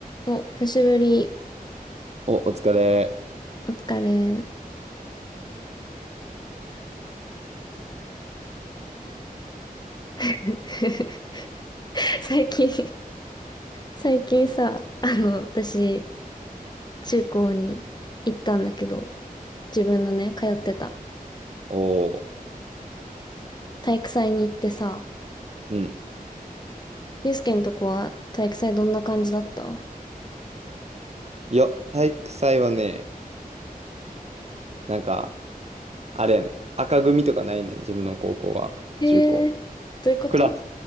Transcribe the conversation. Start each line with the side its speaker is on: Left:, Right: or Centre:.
Left: お、久しぶり。
Right: お、お疲れ。
Left: お疲れ。<laughs> 最近、最近さ、あの、私、中高に行ったんだけど、自分のね、通ってた
Right: おー。
Left: 体育祭に行ってさ、
Right: うん。
Left: ゆうすけのとこは体育祭どんな感じだった
Right: いや、体育祭はね、なんか、あれやね、赤組とかないねん、自分の高校は、
Left: へえ、
Right: 中高。
Left: どういうこと
Right: クラス、